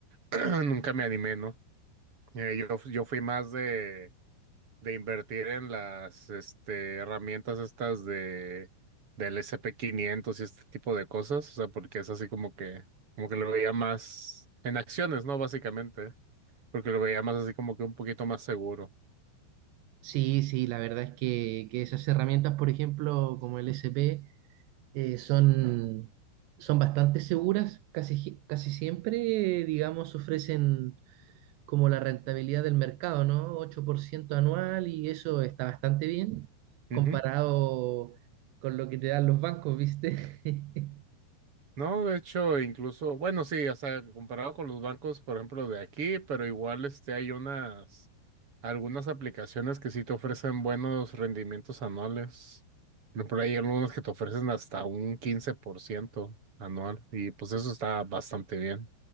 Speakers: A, on the right; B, on the right.
A: <clears throat> nunca me animé, ¿no? Eh, yo, yo fui más de, de invertir en las, este, herramientas estas de, del S&P 500 y este tipo de cosas, o sea, porque es así como que, como que lo veía más en acciones, ¿no? Básicamente. porque lo veía más así como que un poquito más seguro.
B: Sí, sí, la verdad es que, que esas herramientas, por ejemplo, como el SP, eh, son, son bastante seguras, casi, gi- casi siempre, eh, digamos, ofrecen como la rentabilidad del mercado, ¿no? ocho por ciento anual y eso está bastante bien
A: Ujú.
B: comparado con lo que te dan los bancos, ¿viste? <laughs>
A: No, de hecho, incluso, bueno, sí, o sea, comparado con los bancos, por ejemplo, de aquí, pero igual este, hay unas, algunas aplicaciones que sí te ofrecen buenos rendimientos anuales. Por ejemplo, hay algunas que te ofrecen hasta un 15% anual y pues eso está bastante bien.